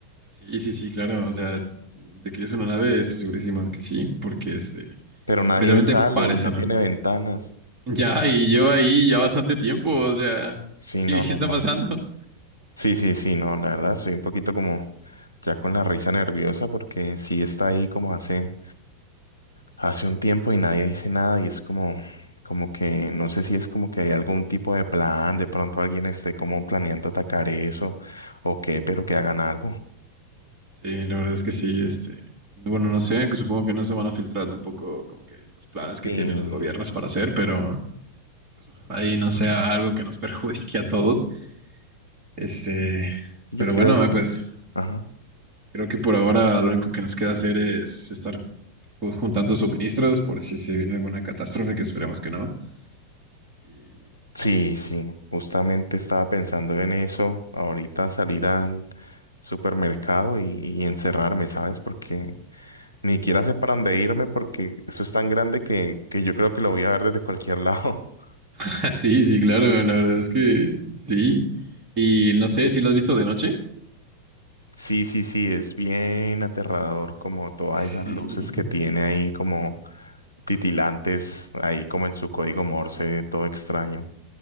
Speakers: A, on the right; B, on the right.
A: Sí, sí, sí, claro, o sea, de que es una nave, estoy segurísimo de que sí, porque este,
B: Pero nadie
A: literalmente
B: sale
A: parece,
B: y no
A: ¿no?
B: tiene ventanas.
A: Ya, y lleva ahí ya bastante tiempo, o sea,
B: Sí,
A: <laughs> ¿qué,
B: no, no,
A: qué está
B: no.
A: pasando?
B: Sí, sí, sí, no, la verdad, soy un poquito como ya con la risa nerviosa porque sí está ahí como hace, hace un tiempo y nadie dice nada y es como, como que, no sé si es como que hay algún tipo de plan, de pronto alguien esté como planeando atacar eso o qué, pero que hagan algo.
A: Sí, la verdad es que sí, este, bueno, no sé, que supongo que no se van a filtrar tampoco como que los planes
B: Sí,
A: que tienen los gobiernos para hacer, pero pues ojalá y no sea algo que nos <laughs> perjudique a todos, este,
B: yo
A: pero
B: quiero
A: bueno,
B: es,
A: eh, pues.
B: ajá.
A: Creo que por ahora lo único que nos queda hacer es estar ju- juntando suministros por si se viene alguna catástrofe, que esperemos que no. Y-
B: Sí, sí, justamente estaba pensando en eso, ahorita salir al supermercado y, y encerrarme, ¿sabes? Porque ni siquiera sé para dónde irme porque eso es tan grande que, que yo creo que lo voy a ver desde cualquier lado. <laughs>
A: <laughs> Sí, sí, claro, la verdad es que sí. Y no sé si lo has visto de noche.
B: Sí, sí, sí, es bien aterrador como todas
A: Sí,
B: esas luces
A: <laughs>
B: que tiene ahí como titilantes, ahí como en su código Morse, todo extraño.